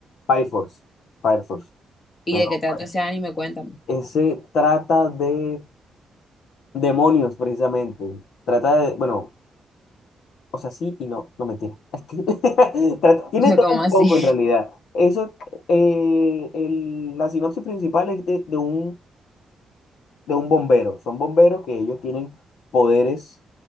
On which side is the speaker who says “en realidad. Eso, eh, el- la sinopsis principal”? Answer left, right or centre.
Left